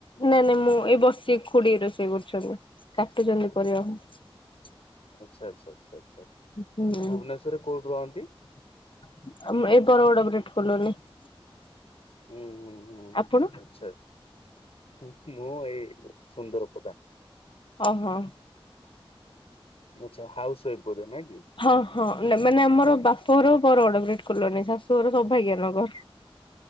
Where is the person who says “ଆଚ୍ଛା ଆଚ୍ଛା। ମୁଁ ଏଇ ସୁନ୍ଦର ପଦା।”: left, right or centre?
Left